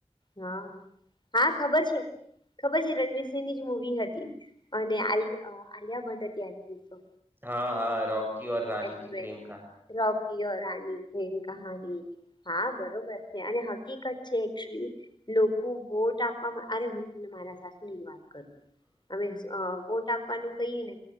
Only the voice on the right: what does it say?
હા હા રોકી રની
ક પ્રેમ કહાની. -